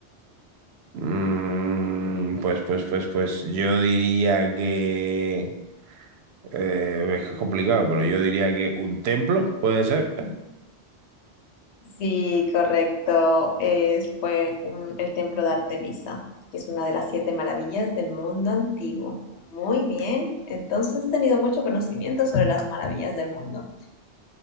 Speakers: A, on the right; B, on the left.
A: Mm, pues, pues, pues, pues, yo diría que... eh, es que es complicado, pero yo diría que un templo, ¿puede ser?
B: Sí, correcto. Es, fue un- el templo de Artemisa, que es una de las siete maravillas del mundo antiguo. Muy bien. Entonces has tenido mucho conocimiento sobre las maravillas del mundo.